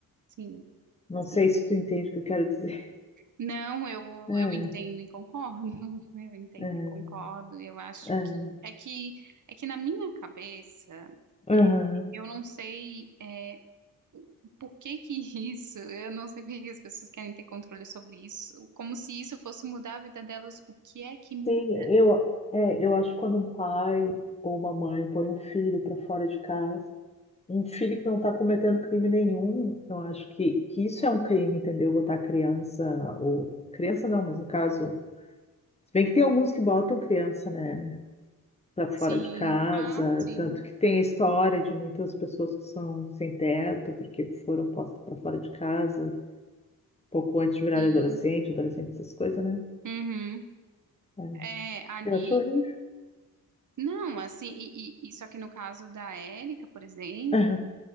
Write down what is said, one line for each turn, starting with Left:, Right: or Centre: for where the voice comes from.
Right: Sim,
Left: Não
Right: sim.
Left: sei se tu entende o que eu quero dizer.
Right: Não, eu,
Left: É,
Right: eu entendo e concordo. <laughs> Eu entendo
Left: é,
Right: e concordo. Eu acho
Left: é.
Right: que é que é que na minha cabeça
Left: Aham.
Right: é, eu não sei é, por que que <laughs> isso, eu não sei por que as pessoas querem ter controle sobre isso, como se isso fosse mudar a vida delas. O que é que muda?
Left: Sim, eu, é, eu acho que quando um pai ou uma mãe põe um filho para fora de casa, um filho que não está cometendo crime nenhum, eu acho que, que isso é um crime, entendeu? Botar criança, ou criança não, mas no caso, se bem que tem alguns que botam criança, né, para fora
Right: Sim,
Left: de casa,
Right: ah, sim,
Left: tanto que tem a história de muitas pessoas que são sem teto porque foram postas para fora de casa pouco antes de virarem
Right: sim.
Left: adolescente, adolescente, essas coisas, né?
Right: Uhum.
Left: É.
Right: É, ali.
Left: Eu acho horrível.
Right: Não, assim, e, e, e só que no caso da Érica, por exemplo,
Left: Aham.